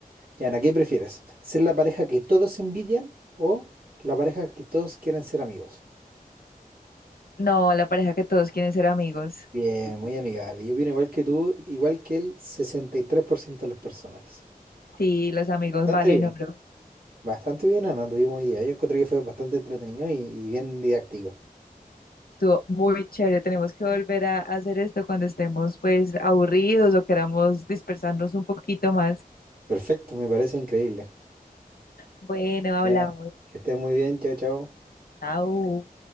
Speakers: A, on the right; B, on the left.
A: Ya, Ana, ¿qué prefieres? ¿Ser la pareja que todos envidian o la pareja que todos quieren ser amigos?
B: No, la pareja que todos quieren ser amigos.
A: Bien, muy amigable. Yo opino igual que tú, igual que el 63% de las personas.
B: Sí, los amigos
A: Bastante
B: valen
A: bien.
B: oro.
A: Bastante bien, Ana, tuvimos hoy día. Yo encontré que fue bastante entretenido y, y bien didáctico.
B: Estuvo muy chévere. Tenemos que volver a hacer esto cuando estemos pues aburridos o queramos dispersarnos un poquito más.
A: Perfecto, me parece increíble.
B: Bueno, hablamos.
A: Ya, Ana, que estés muy bien. Chao, chao.
B: Chao.